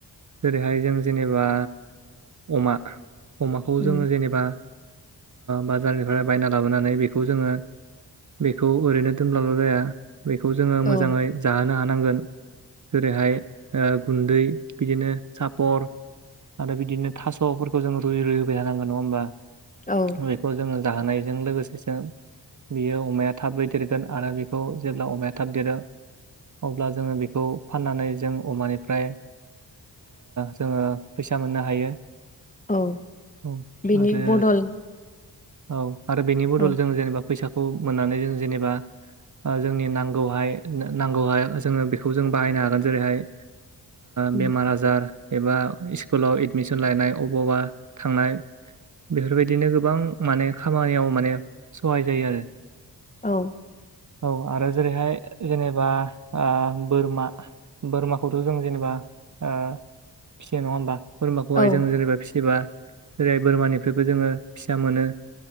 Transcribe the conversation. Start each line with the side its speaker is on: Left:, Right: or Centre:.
Right: जेरैहाय जों जेनेबा अमा अमाखौ
Left: उम
Right: जोङो जेनेबा बाजारनिफ्राय बायना लाबोनानै बेखौ जोङो बेखौ ओरैनो दोनब्लाबल' जाया बेखौ जोङो
Left: औ
Right: मोजाङै जाहोनो हानांगोन जेरैहाय गुन्दै बिदिनो सापर आरो बिदिनो थास'फोरखौ जोंो रुइै रुै होबाय थानांग नङा होमबा
Left: औ
Right: बेखौ जोङो जाहोनायजों लोगोसेसो बियो अमाया थाबै देरगोन आरो बेखौ जेब्ला अमाया थाब देरो अब्ला जोङो बेखौ फाननानै जों अमानिफ्राय जोङो फैसा मोननो हायो
Left: औ
Right: औ
Left: बिनि
Right: आरो
Left: बदल
Right: औ आरो बेनि बदल
Left: औ
Right: जों जेनेबा फैसाखौ मोननानै जों जेनेबा जोंनि नांगौहाय नांगौहाय जोङो बेखौ जों बाहायनो हागोन जेरैहाय
Left: उम
Right: बेमार आजार एबा स्कुलाव एडमिसन लायनाय अबावबा थांनाय बेफोरबायदिनो गोबां माने खामानियाव माने सहाय जायो आरो
Left: औ
Right: औ आरो जेरैहाय जेनेबा बोरमा बोरमाखौथ' जों जेनेबा फिसिनाय नङा होमबा बोरमाखौहाय
Left: औ
Right: जों जेनेबा फिसिबा जेरैहाय बोरमानिफ्रायबो जोङो फिसा मोनो